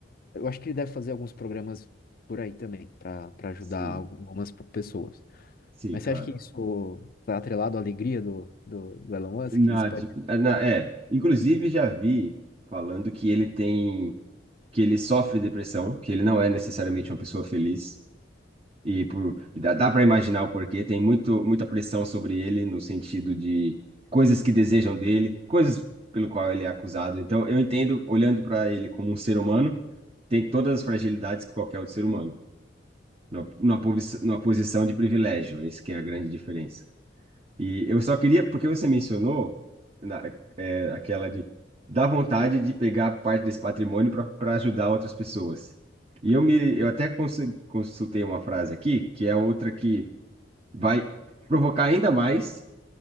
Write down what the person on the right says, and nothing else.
sim,
sim,
claro.
Na,
de-
na- é, inclusive já vi falando que ele tem, que ele sofre depressão, que ele não é necessariamente uma pessoa feliz, E por, dá, dá para imaginar o porquê, tem muito, muita pressão sobre ele no sentido de coisas que desejam dele, coisas pelo qual ele é acusado. Então, eu entendo, olhando para ele como um ser humano, tem todas as fragilidades que qualquer outro ser humano, numa, numa, posi- numa posição de privilégio, esse que é a grande diferença. E eu só queria, porque você mencionou na, é, aquela de dar vontade de pegar parte desse patrimônio para ajudar outras pessoas. E eu me, eu até cons- consultei uma frase aqui, que é outra que vai provocar ainda mais